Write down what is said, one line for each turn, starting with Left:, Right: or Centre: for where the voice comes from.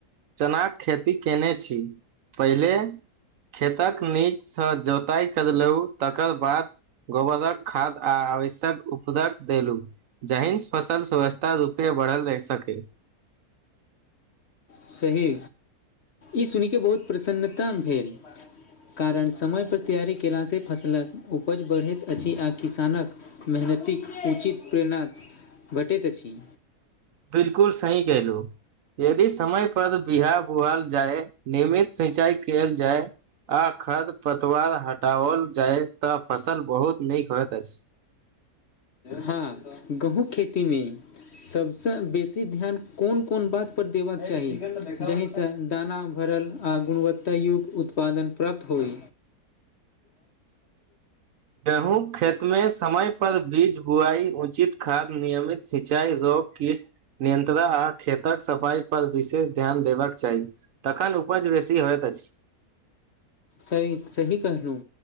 Right: चनाके खेती केने छी पहिले खेतक नीकसँ जोताइ करलहुँ तकर बाद गोबरक खाद आ आवश्यक उपदक देलु जहिं फसल स्वस्थ् रूपआ बढ़ल रहि सकै।
Left: सही ई सुन के बहुत प्रसन्नता भेल। कारण समयपर तैयारी केलासँ फसलक उपज बढ़ैत अछि आ किसानक। मेहनतिक उचित प्रेरणा भेटैत अछि।
Right: बिल्कुल सही कहलूं। यदि समय पर बिआ बुहल जाय नियमित सिंचाई कयल जाय आ खड़ पतवार हटाओल जाय तऽ फसल बहुत नीक होइत अछि।
Left: हँ गेहूँम खेती मे सबसँ बेसी ध्यान कोन-कोन बात पर देबाक चाही जाहिसँ दाना भरल आ गुणवत्तायुग उत्पादन प्राप्त होइ।
Right: गेहूँक खेतमे समय पर बीज बुआई उचित खाद नियमित सिंचाइ रोप की नियन्त्रण आ खेतक सफाइ पर विशेष ध्यान देबाक चाही। तखन उपज बेसी होइत अछि।
Left: सही सही कहलू।